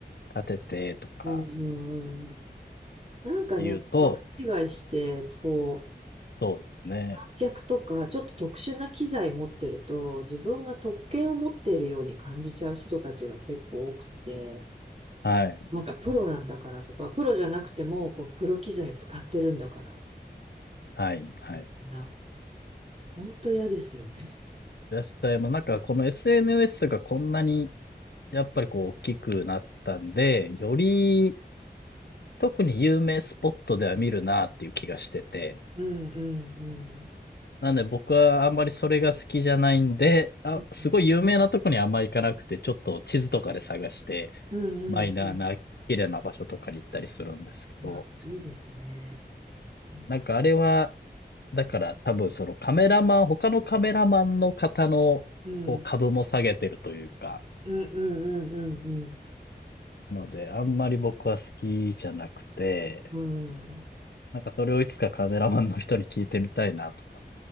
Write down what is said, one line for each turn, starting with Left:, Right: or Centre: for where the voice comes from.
Left: 立ててとか
Right: うん、うん、うん。なんかね、
Left: 言うと、
Right: 勘違いして、こう、
Left: そうですね。
Right: 観客とか、ちょっと特殊な機材持ってると、自分が特権を持っているように感じちゃう人たちが結構多くて、
Left: はい、
Right: なんかプロなんだからとか、プロじゃなくても、こう、プロ機材使ってるんだから、
Left: はい、はい。
Right: みんな、
Left: い
Right: ほんと嫌ですよね。
Left: らっしゃいます。なんかこの SNS がこんなに、やっぱりこう大きくなったんで、より特に有名スポットでは見るなっていう気がしてて。
Right: うんうんう
Left: なんで僕はあんまりそれが好きじゃないんで、あ、
Right: ん。
Left: すごい有名なとこにあんま行かなくて、ちょっと地図とかで探して
Right: うんうんうん。
Left: マイナーな綺麗な場所とかに行ったりするんですけど、
Right: あ、いいですね。そ、
Left: なんかあれは、
Right: それ、
Left: だから多分そのカメラマン、他のカメラマンの方のこう株も下げてるというか、
Right: うん、うんうんうんうん
Left: なのであんまり僕は好きじゃなくて、
Right: うん。うん。
Left: なんかそれをいつかカメラマンの人に聞いてみたいなとか